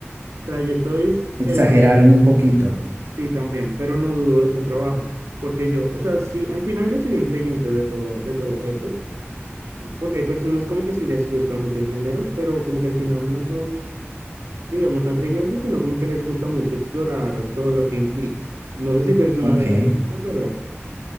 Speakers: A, on the right (about 85°); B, on the right (about 65°).
A: O sea, yo estoy seguro,
B: Exageraron un poquito.
A: sí, también, pero no dudo de su trabajo. Porque yo, o sea, sí, al final yo soy bien creyente de todo, de todo eso. Porque hay personas como que sí les gusta mucho el género, pero como que al final no son digamos, tan creyentes, sino como que les gusta mucho explorar todo lo que implica. No sé si tú eres una
B: Ok.
A: de esas, yo, pero,